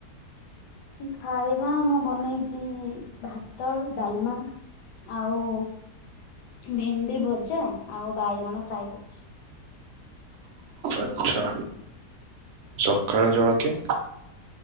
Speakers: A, on the left; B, on the right.
A: ଖାଇବା ମୁଁ ବନେଇଚି ଭାତ ଡାଲମା ଆଉ ଭେଣ୍ଡି ଭଜା ଆଉ ବାଇଗଣ ଫ୍ରାଏ କରିଚି।
B: ଆଚ୍ଛା ସକାଳ ଜଳଖିଆ?